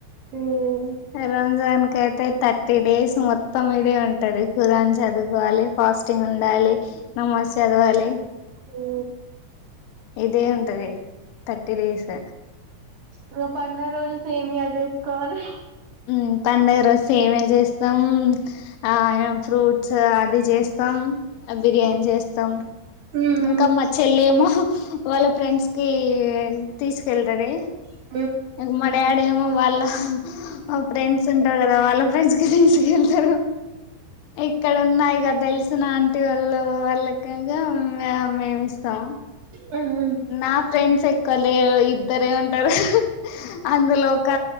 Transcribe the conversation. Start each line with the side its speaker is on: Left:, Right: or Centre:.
Right: మ్మ్
Left: రంజాన్ కయితే థర్టీ డేస్ మొత్తం ఇదే ఉంటది ఖురాన్ చదువుకోవాలి. ఫాస్టింగ్ ఉండాలి. నమాజ్ చదవాలి.
Right: ఓ
Left: ఇదే ఉంటది థర్టీ డేస్.
Right: ఇగ పండగ రోజు సేమియా చేసుకోవాలి.
Left: హ్ పండుగ రోజు సేమియా చేస్తాం. ఆ ఫ్రూట్స్ అది చేస్తాం, బిర్యానీ చేస్తాం.
Right: మ్మ్
Left: ఇంకా మ చెల్లెమో వాళ్ళ ఫ్రెండ్స్ కి తీసుకెళ్తది.
Right: <inaudible>
Left: ఇగ మాడాడేమో వాళ్ళా ఆ ఫ్రెండ్స్ ఉంటరు కదా వాళ్ళ ఫ్రెండ్స్ కి తీసుకెళ్తరు ఎక్కడ ఉన్నాయి కదా తె సునా అంటే వాళ్ళు వాళ్ళకేమీ మేమే ఇస్తాం
Right: మ్మ్
Left: నా ఫ్రెండ్స్ ఎక్కువ్ లేరు ఇద్దరే ఉ ంటారు అందులో ఒక